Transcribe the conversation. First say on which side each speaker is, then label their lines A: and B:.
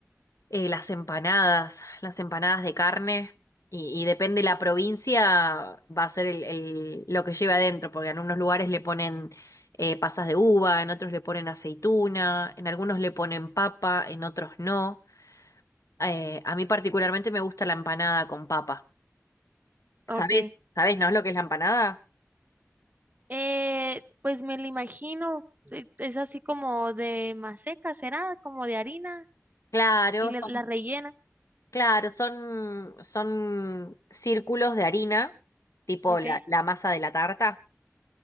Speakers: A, on the left; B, on the right.
A: Eh, las empanadas, las empanadas de carne, y, y depende la provincia, va a ser el, el- lo que lleve adentro, porque en unos lugares le ponen eh, pasas de uva, en otros le ponen aceituna, en algunos le ponen papa, en otros no. Eh, a mí particularmente me gusta la empanada con papa. ¿Sabés?
B: ok.
A: ¿Sabés, no es lo que es la empanada?
B: Eh, pues me lo imagino, e- es así como de maseca, ¿será? Como de harina
A: Claro,
B: y le-
A: son,
B: la rellena,
A: claro, son, son círculos de harina, tipo
B: ¿ok?
A: la, la masa de la tarta.